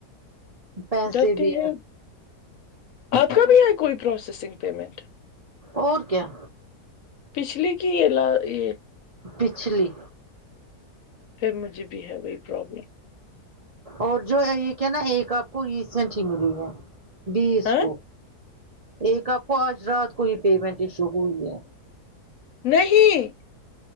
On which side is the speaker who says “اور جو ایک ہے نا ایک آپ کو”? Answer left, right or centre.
Right